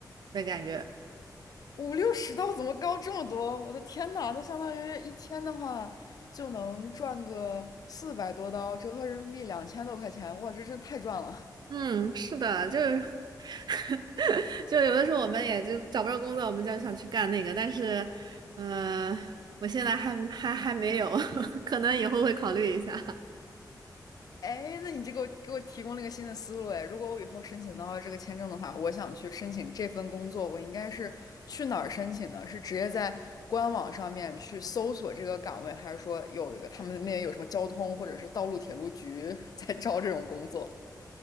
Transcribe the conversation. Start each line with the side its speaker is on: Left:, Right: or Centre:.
Right: 的感觉。
Left: 五六十刀怎么高这么多？我的天呐，那相当于一天的话就能赚个四百多刀，折合人民币两千多块钱，哇，这真太赚了！
Right: 嗯，是的，就是，<laughs> 就有的时候我们也就找不着工作，我们就想去干那个。但是，呃，我现在还还还没有，<laughs> 可能以后会考虑一下。
Left: 哎，那你这个给我提供了一个新的思路哎。如果我以后申请到了这个签证的话，我想去申请这份工作，我应该是去哪儿申请呢？是直接在官网上面去搜索这个岗位，还是说有一个他们那边有什么交通或者是道路铁路局 <laughs> 在招这种工作？